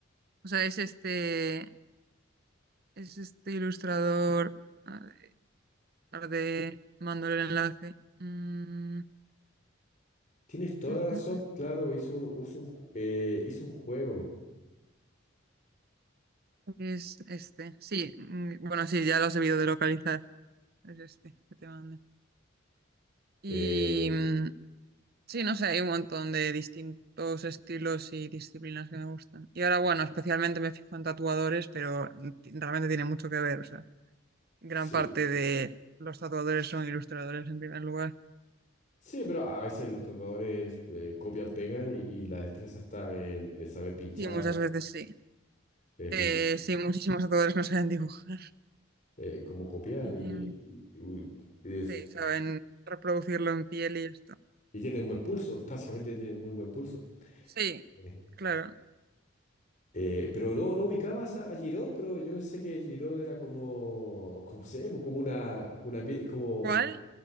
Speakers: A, on the right; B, on the left.
A: O sea, es este, es este ilustrador. A ver, tarde mando el enlace. Mm,
B: Tienes toda
A: mm,
B: la razón,
A: mm, mm.
B: claro, hizo, un, hizo un ju- eh, hizo un juego.
A: Es este. Sí, mm, bueno, sí, ya lo has debido de localizar. Es este que te mandé. Y
B: Eh,
A: mm, sí, no sé, hay un montón de distintos estilos y disciplinas que me gustan. Y ahora, bueno, especialmente me fijo en tatuadores, pero ti- realmente tiene mucho que ver. O sea, gran
B: sí,
A: parte de los tatuadores son ilustradores en primer lugar.
B: sí, pero a veces los tatuadores eh, copian, pegan y, y la destreza está en, en saber pinchar,
A: Sí, muchas veces sí.
B: eh, pin-
A: Eh, sí, muchísimos tatuadores no saben dibujar.
B: eh, cómo copiar
A: Em,
B: y, y- y es-
A: sí, saben reproducirlo en piel y ya está.
B: Y tiene un buen pulso, básicamente tiene muy buen pulso.
A: Sí,
B: Sí.
A: claro.
B: Eh, pero no, no ubicabas a, a Giroud, pero yo sé que Giroud era como, como sé, pues, como una, como una pie- como
A: ¿Cuál?